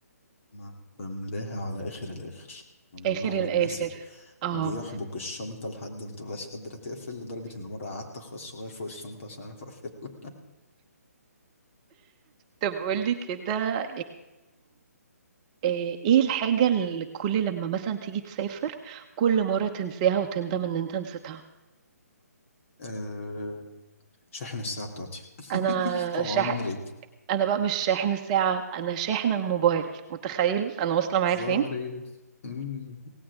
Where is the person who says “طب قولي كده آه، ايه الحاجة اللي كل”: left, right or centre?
Right